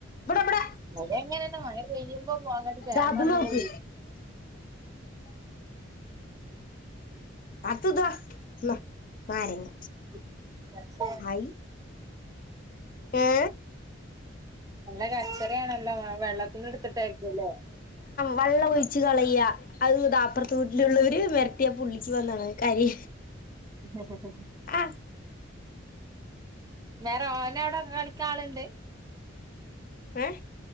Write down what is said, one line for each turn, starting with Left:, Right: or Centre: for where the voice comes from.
Left: ഇബടെ ഇബടെ
Right: അതെങ്ങനെണ് മഴ പെയ്യുമ്പോ <unintelligible> കെർണം
Left: ദാ അത് നോക്ക്
Right: <unintelligible>
Left: അതന്താ ന്നാ നാരങ്ങ
Right: <unintelligible>
Left: ഹായ് ഏ
Right: നല്ല കച്ചറേണല്ലോ വെള്ളത്ത്ന്ന് ഇട്ത്തിട്ടെക്കു ലെ
Left: വള്ള ഒയിച്ച് കളയ അഹ് താ അപ്പർത്തെ വീട്ടിലുള്ളവര് വര് ത്തിയാ പുള്ളിക്ക് വന്നാണ് കരി
Right: ആ ഹ ഹ ഹാ
Left: ആ
Right: വേറെ ഓന്റ <unintelligible> ആള്ണ്ട്
Left: ഏഹ്